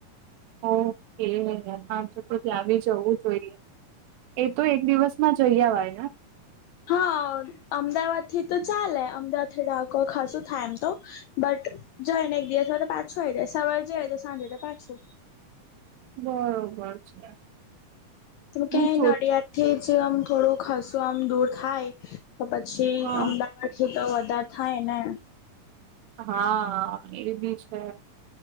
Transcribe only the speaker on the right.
ઓકે. હા તો-તો ત્યાં બી જવું જોઈએ. એ તો એક દિવસ માં જઈ અવાય ને?
બરોબર છે.
હું
ચો
હા
હા એ બી છે.